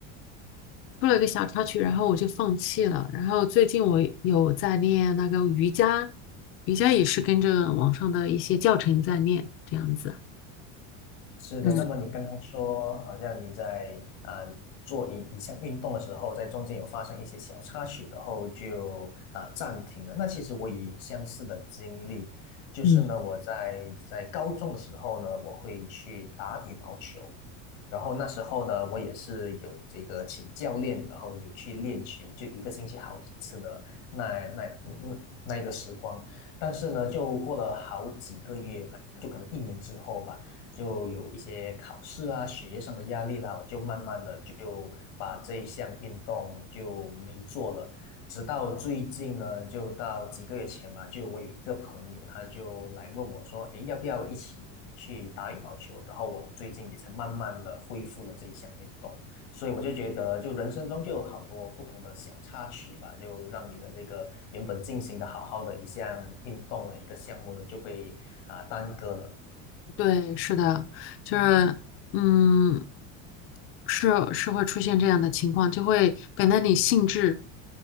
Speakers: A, on the left; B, on the left.
A: 出了个小插曲，然后我就放弃了。然后最近我有在练那个瑜伽，瑜伽也是跟着网上的一些教程在练，这样子。
B: 是的，
A: 嗯
B: 那么你刚刚说，好像你在啊、做一一项运动的时候，在中间有发生一些小插曲，然后就啊、暂停了。那其实我也有相似的经历，就是呢，
A: 嗯，
B: 我在在高中的时候呢，我会去打羽毛球，然后那时候呢，我也是有这个请教练，然后有去练球，就一个星期好几次的那那那那一个时光。但是呢，就过了好几个月吧，就可能一年之后吧。就有一些考试啊、学业上的压力啦，我就慢慢的就把这一项运动就没做了。直到最近呢，就到几个月前吧，就我有一个朋友，他就来问我说：“诶，要不要一起去打羽毛球？”然后我最近也才慢慢的恢复了这一项运动，所以我就觉得，就人生中就有好多不同的小插曲吧，就让你的这个原本进行的好好的一项运动的一个项目呢，就被啊、耽搁了。
A: 对，是的，就是，嗯，是是会出现这样的情况，就会本来你兴致